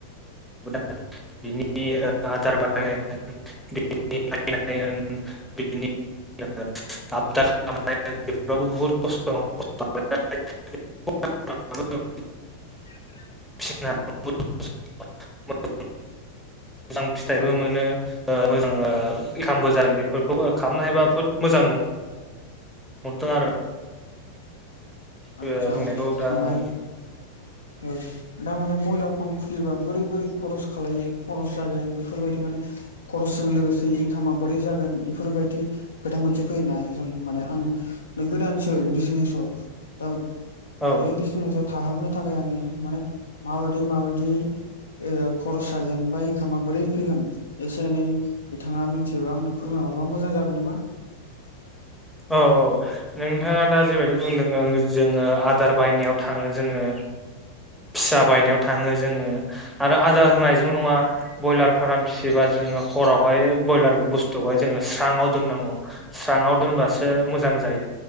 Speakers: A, in the centre; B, on the left.
A: <unintelligible>
B: औ
A: <unintelligible> <unintelligible> <unintelligible>
B: <inaudible>
A: <unintelligible> मोजां फिथाइबो
B: औ
A: मोनो। मोजां
B: औ
A: एखामबो जादों बेफोरखौ खालामनो हायोबा बुहुत मोजां नङा <unintelligible>
B: आतसा
A: ओ बुंनायखौ दा
B: आमफ्राय
A: ओं
B: ओ दामाने ब्रयलार फार्म खुलिबा बोरै बोरै खरस खाल खरस जागोन बेफोरबायदि माने खरसा जों लोगोसे इनकामा बोरै जागोन बेफोरबायदि खोथा मोनसे फैयोना जों माने आं गोदानसो बिजनेसाव दा
A: औ
B: बे बिजनेस थाहाबनो थाखाय आङो माने माबायदि माबायदि ओ खरस जागोन बा इनकामा बोरै फैगोन? एसे एनै बिथाङा मिथियोबा आंनो फोरमाय हरबा मोजां जागोन नामा?
A: औ औ नोंथाङा दा जेबायदि बुंदों जोङो आदार बायनायाव थाङो जोङो
B: <inaudible>
A: फिसा बायनायाव थाङो जोङो आरो आदार
B: औ
A: होनायजों नङा ब्रयलार फार्म फिसियोबा जोङो हरावहाय ब्रयलार बुस्थुखौहाय जोङो स्रांआव दोननांगौ स्रांआव दोन
B: औ
A: बासो मोजां जायो।